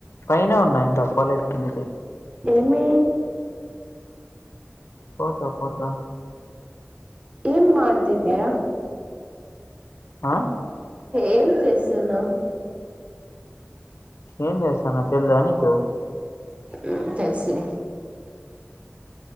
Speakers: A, on the left (about 70°); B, on the right (about 25°).
A: పైనే ఉన్నా ఇంగ పోలేదు కిందికి
B: మీ
A: పోతా పోతా
B: ఏంమాటిది
A: ఆ
B: ఏం చేస్తున్నవ్
A: ఏం చేస్తాన తెల్దా నీకు
B: ఉమ్ తెల్సులే